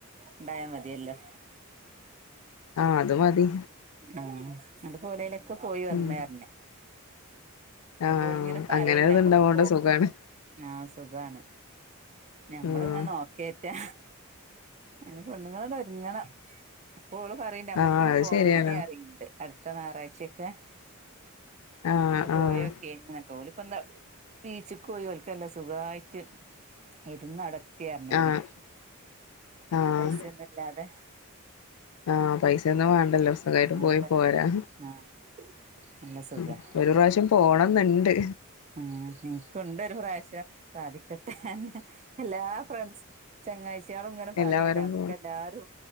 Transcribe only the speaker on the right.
ഇണ്ടായാൽ മതിയല്ലോ
ആഹ് അന്റെ പുരയിലൊക്കെ പോയി വന്ന്
അറിഞ്
അപ്പ ഓല് ഇങ്ങനെ പറയിണ്ട്
നമ്മുക്ക് പോ
ആഹ് സുഖാണ് ഞമ്മളിങ്ങ
നോക്കേയ്റ്റാ അയിന് പെണ്ണുങ്ങളോന്ന് ഒരുങ്ങണം അപ്പോ ഓള് പറയിണ്ട് നമ്മുക്കൊന്ന്
പോവേനി
അറിയണ്ട് അടുത്ത ഞായറാഴ്‌ച്ചയൊക്കെ
ഒന്ന് പോയോക്കെനി
ന്നൊക്കെ ഓല് ഇപ്പ എന്താ ബീച്ചിക്ക് പോയി ഓൽക്കല്ല സുഖവായിട്ട് ഇരുന്നട കത്തിറിഞ്ഞോല്
പൈസ്യോന്നില്ലാതെ
ആഹ്
ആഹ് നല്ല സുഖാ
ഉം എനിക്കുണ്ട് ഒരു പ്രാവശ്യം സാധിക്കട്ടെ എല്ലാ ഫ്രണ്ട്സ് ചെങ്ങാഴ്ചയാളും ഇങ്ങനെ
പറയണ്ട നമുക്ക്
എല്ലാരും